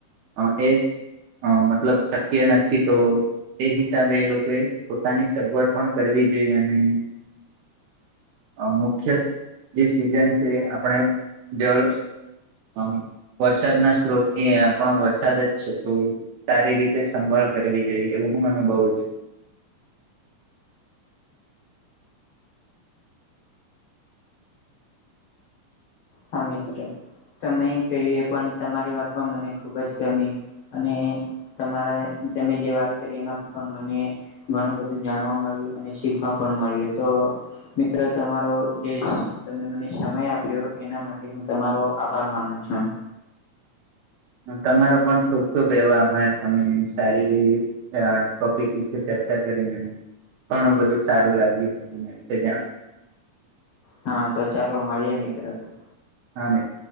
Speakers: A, on the right; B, on the left.
A: અહ એસ અહ મતલબ શક્ય નથી તો એ હિસાબે એ લોકો પોતાની સગવડ પણ કરવી જોઈએ અને અહ મુખ્યસ જે સિઝન છે આપણે જળ અહ વરસાદ ના સ્ત્રોત ની અહ પણ વરસાદ જ છે તો સારી રીતે સંભાળ કરવી જોઈએ એવું હું અનુભવું છું.
B: હા, મિત્ર તમે કહ્યું એ પણ તમારી વાત પણ મને ખુબ જ ગમી. અને તમારા તમે જે વાત કરી એમાંથી પણ મને ઘણું બધું જાણવા મળ્યું અને શીખવા પણ મળ્યું તો મિત્ર તમારો જે તમે મને સમય આપ્યો એના માટે હું તમારો આભાર માનું છું.
A: તમારો પણ ખુબ ખુબ એવો આભાર તમે સારી અહ ટોપિક વિશે ચર્ચા કરી અને ઘણું બધું સારું લાગ્યું એના વિશે જાણ્યું
B: હા, તો ચાલો મળીએ મિત્ર પી
A: હા ભાઈ.